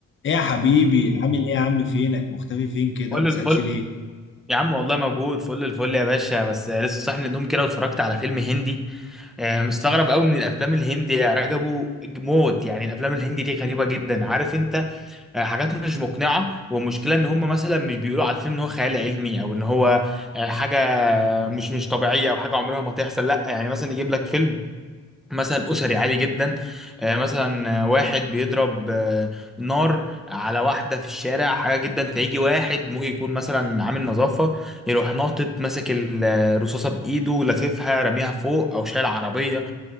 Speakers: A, on the left (about 40°); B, in the centre.
A: ايه يا حبيبي عامل ايه يا عم فينك مختفي فين كده
B: فل
A: ما بتسألش
B: الفل
A: ليه
B: يا عم والله موجود فل الفل يا باشا بس لسه صاحي من النوم كده واتفرجت على فيلم هندي آه، مستغرب قوي من الافلام الهندي يا رجبو موت يعني الافلام الهندي دي غريبه جدا عارف انت آه، حاجات مش مقنعه والمشكله ان هم مثلا مش بيقولوا على الفيلم ان هو خيال علمي او ان هو آه، حاجه مش مش طبيعيه او حاجه عمرها ما تحصل لا يعني مثلا يجيب لك فيلم مثلا اسري عادي جدا آه، مثلا آه، واحد بيضرب آه، نار على واحده في الشارع حاجه جدا فيجي واحد ممكن يكون مثلا عامل نظافه يروح ناطط ماسك الرصاصه بايده لاففها راميها فوق او شايل عربيه